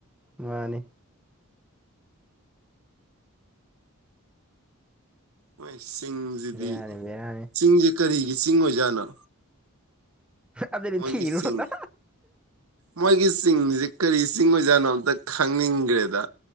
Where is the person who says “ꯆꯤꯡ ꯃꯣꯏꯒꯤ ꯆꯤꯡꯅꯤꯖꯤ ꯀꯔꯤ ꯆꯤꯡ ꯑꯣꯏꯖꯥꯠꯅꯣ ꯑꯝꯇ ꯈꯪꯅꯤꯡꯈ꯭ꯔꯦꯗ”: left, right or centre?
Right